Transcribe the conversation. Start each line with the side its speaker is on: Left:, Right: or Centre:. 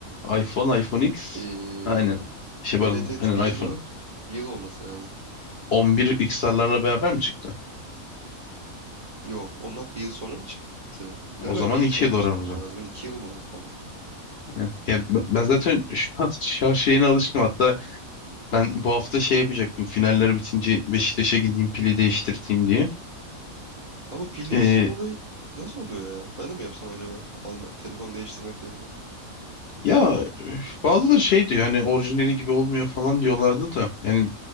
Left: iPhone, iPhone X.
Right: Ee,
Left: Aynen. Şey pardon.
Right: evet evet
Left: Aynen
Right: bir yıl
Left: iPhone.
Right: var. Bir yıl olması lazım.
Left: 11 XR'larla beraber mi çıktı?
Right: Yok. Ondan bir yıl sonra mı çıktı? Galiba
Left: O zaman
Right: bir yıl
Left: iki
Right: sonra
Left: yıl var
Right: çıktı.
Left: aramızda.
Right: Yani o zaman iki yıl mı var tamam.
Left: Aynen. Ya b- ben zaten şu an şarj şeyine alışkınım. Hatta ben bu hafta şey yapacaktım. Finaller bitince Beşiktaş'a gideyim pili değiştirteyim diye.
Right: Ama pil değiştirme
Left: Ee,
Right: olayı nasıl oluyor ya? Ben de mi yapsam acaba? Alma, telefon değiştirmek yerine.
Left: ya bazıları şey diyor hani orijinali gibi olmuyor falan diyorlardı da. Yani